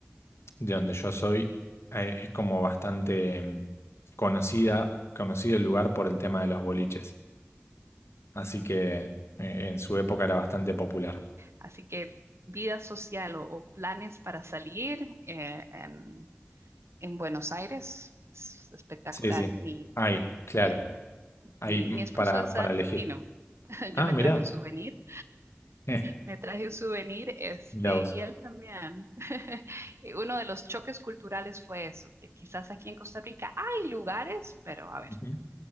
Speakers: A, on the left; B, on the right.
A: de donde yo soy, eh, es como bastante em, conocida, conocido el lugar por el tema de los boliches. Así que eh, en su época era bastante popular.
B: Así que vida social o, o planes para salir eh, en, en Buenos Aires es espectacular.
A: Sí, sí.
B: Mi,
A: Ahí, claro.
B: mi,
A: Ahí
B: mi,
A: mm,
B: mi esposo
A: para,
B: es
A: para
B: argentino.
A: elegir.
B: <laughs>
A: Ah,
B: Yo me
A: mirá.
B: traje un souvenir,
A: Eh,
B: me traje un souvenir, este,
A: mirá vos.
B: y él también. <laughs> Y Uno de los choques culturales fue eso, que quizás aquí en Costa Rica hay lugares, pero a ver,
A: Ujú.